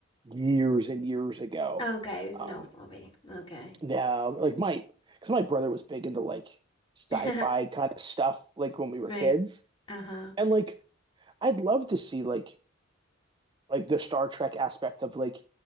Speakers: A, on the right; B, on the left.
A: years and years ago.
B: okay it was an
A: Um,
B: old movie okay
A: now, like my because my brother was big into like sci-fi
B: <laughs>
A: kind of stuff, like when we were
B: right
A: kids,
B: uh-huh
A: and like I'd love to see like like the Star Trek aspect of like,